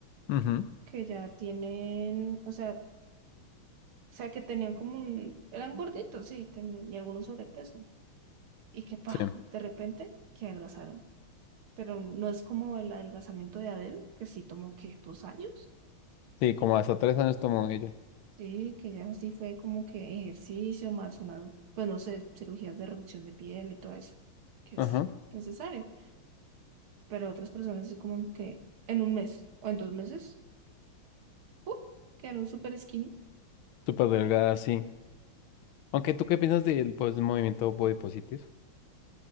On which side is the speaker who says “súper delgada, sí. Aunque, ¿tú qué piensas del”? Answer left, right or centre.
Left